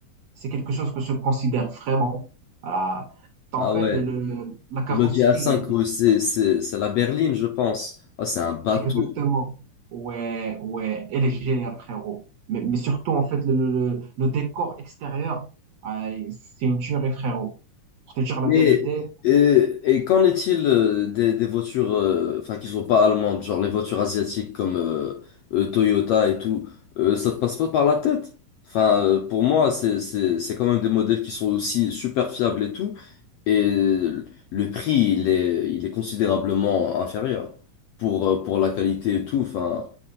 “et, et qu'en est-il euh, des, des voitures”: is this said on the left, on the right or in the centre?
Left